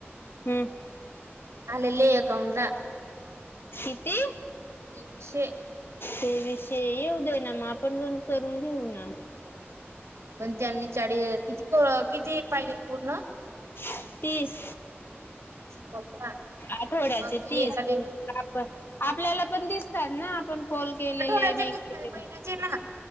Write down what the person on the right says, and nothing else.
आलेले अकाउंटला
तेवीसशे.
पण त्यांनी चाळी किती किती पाहिजे पूर्ण? -
कॉल का
मग
एका दिवस
आठवड्याचे
कस
काय महिन्याचे ना